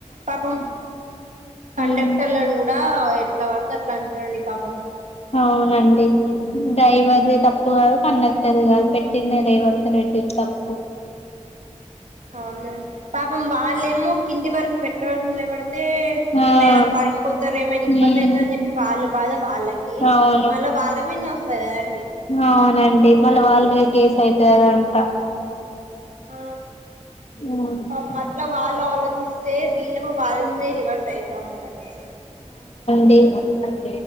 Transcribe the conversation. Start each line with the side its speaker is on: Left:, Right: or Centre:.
Right: పాపం కండక్టర్లను
Left: ఉమ్
Right: కూడా ఎట్లా పడుతే అట్లా అం రండి పాపం
Left: అవునండి డైవర్ది తప్పు కండ టదిగాని పెట్టిన్న రేవంత్ రెడ్డి ది తప్పు
Right: అవును పాపం వాళ్ళేమో కింది వరకు ఎట్ల వరకు నిలబడితే
Left: ఆ
Right: ఏమైనా
Left: ఉమ్
Right: పడిపోతారు ఏమైనా ఇబ్బంది అవుతార అని చెప్పి వాళ్ళ బాధ వాళ్ళకి
Left: అవును
Right: మళ్ళా బాధ మీంద వస్తది కదండి
Left: అవునండి మళ్ళ వాళ్ళ మీద కేసు అయితది అదంతా
Right: ఆ
Left: ఉమ్
Right: పాపం అట్ల వాళ్ళు ఆలోచిస్తే దీళ్ళ కూడా వాళ్ళ మీదే రివర్స్ అయితా ఉన్నారండి
Left: డే గ